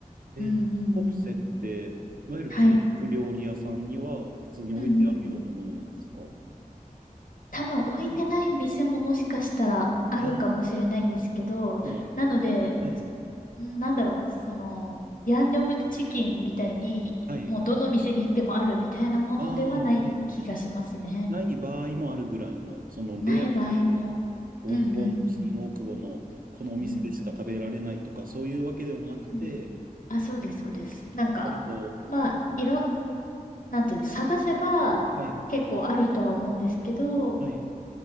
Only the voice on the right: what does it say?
えー、
ナッコプセって、いわゆる韓国料理屋さんには普通に置いてあるようなものなんですか
ああー、でも、
はい、
はい。
ああ、はい。ない場合もあるぐらいの、そのレアで
大久保の、
新大久保のこのお店でしか食べられないとか、
そういうわけでもなくて、
割と、
はい、はい、